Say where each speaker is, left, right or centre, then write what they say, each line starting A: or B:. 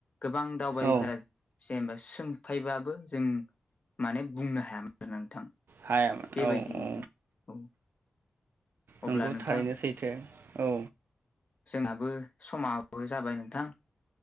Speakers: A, on the left; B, on the right.
A: गोबां दावबायारिफोरा
B: औ
A: सेमबा। सोंफायबाबो जों माने बुंनो हायामोन आरोना नोंथां।
B: हायामोन
A: बेबायदिनो
B: औ औ।
A: औ अब्ला
B: नोंगौ
A: नोंथां
B: थारैनो सैथो औ।
A: जोंनाबो समाबो जाबाय नोंथां।